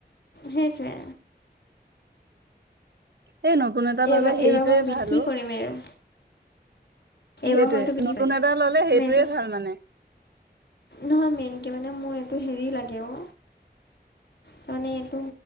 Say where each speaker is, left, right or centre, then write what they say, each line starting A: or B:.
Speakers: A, on the left; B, on the right.
A: সেইটোৱে
B: সেই নতুন এটা
A: এইবাৰ
B: ল'লে হেৰিটোৱে
A: এইবাৰ মই বিক্ৰী
B: ভাল অ
A: কৰিম আৰু এইবাৰ
B: সেইটোৱে
A: মই এইটো বিক্ৰী
B: নতুন
A: কৰিম
B: এটা ললে
A: তুমি
B: সেইটোৱে
A: এইটো
B: ভাল মানে
A: নহয় মেইনকে মানে মোৰ এইটো হেৰি লাগে অ ত মানে এইটো